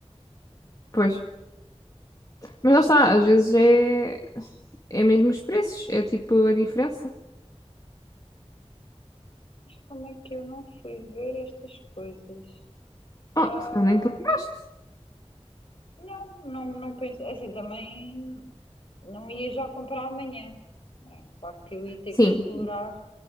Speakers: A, on the left; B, on the left.
A: pois. Mas lá está, às vezes é, é mesmo os preços, é tipo a diferença.
B: Mas como é que eu não fui ver estas coisas?
A: Oh,
B: Ah,
A: se calhar nem te lembraste.
B: não, não, não penso. é Assim, também não ia já comprar amanhã, né? Claro que eu ia ter
A: Sim,
B: que explorar.